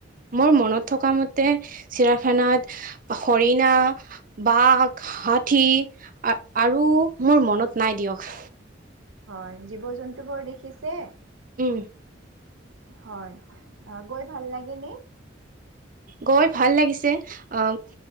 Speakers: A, on the right (about 45°); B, on the right (about 85°).
A: মোৰ মনত থকা মতে চিৰাখানাত হৰিণা বাঘ হঠি আৰু মোৰ মনত নাই দিয়ক
B: হয় জীৱ জন্তু বৰ দেখিছে
A: উম
B: হয় গৈ ভাল লাগে নে
A: গৈ ভাল লাগিছে আহ